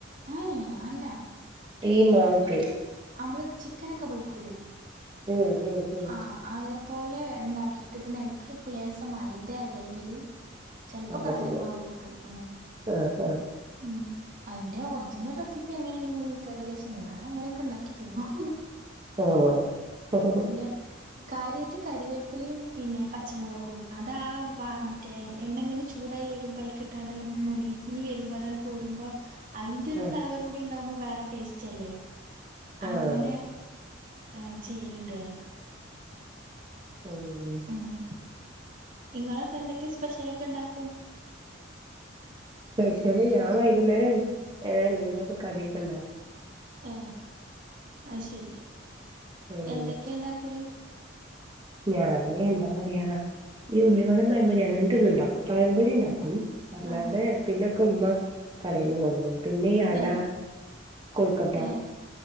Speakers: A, on the right; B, on the right.
A: ഏഹ് അല്ല
B: ഈ മാവിക്ക്
A: അമ്മള് ചിക്കനൊക്കെ പൊരിക്കൂ ലേ
B: ഉം ഉം ഉം
A: ആഹ് അതേപോലെണ്ടാക്കിട്ട് പിന്നെ അഴിക്ക് ലേസം മൈതേ അല്ലെങ്കില് ചെലപ്പം
B: കടലപ്പൊടിയോ
A: കടലമാവ് കൂട്ടും ഉം
B: ആഹ് ആഹ്
A: ഉം അയിന്റെ ഒറിജിനൽ റെസിപ്പി എങ്ങനെയേണ് നൊന്നും ഇൻക്കറിയില ശേ ഞാന അങ്ങനെ ക്കെണ്ടാക്കിത്ത്ന്നും
B: ഓ ഓ
A: ങ്ങനെ കാര്യായിട്ട് ക രിവേപ്പിലിയും പിന്നെ പച്ച മൊളകും അതാ വാ മറ്റേ എണ്ണങ്ങനെ ചൂടായി വെരുമ്പൊ അയിക്ക് കിട്ടാണ്ടണ്ട് മൊരിഞ്ഞ് വെരുമ്പ അതാണ്ട് കോരുമ്പോ അയിന്റൊരു
B: ആഹ്
A: ഫ്ലേവർ കൂടിണ്ടകുമ്പം വേറെ ടേസ്റ്റ് അല്ലേ
B: ആഹ്
A: അങ്ങനെ ആഹ് ചെയ്യല്ണ്ട് പറീം
B: ആഹ്
A: ഉം ഇങ്ങളൊക്കെ എന്തൊക്കെ സ്പെഷ്യലൊക്കെണ്ടാക്കും
B: പെഷല് ഞാൻ വൈകുന്നേരം എന്തെങ്കിലും ഒക്കെ കടിയൊക്കെണ്ടാക്കും
A: ഹേ അത് ശെരി
B: ഉം
A: എന്തൊക്കെണ്ടാക്കല്
B: ഞാൻ എന്താ പറയാ ഈ ഉള്ളിവടേ പയംപൊരി അങ്ങനത്തെ ഒന്നും ഇണ്ടാക്കും പയംപൊരിണ്ടാക്കും അല്ലാതെ
A: ആ
B: പിന്നൊക്കുമ്മ കടേന്ന് കൊണ്ടരും പിന്നെ ഈ അട
A: ഏ
B: കൊഴുക്കട്ട
A: ഏ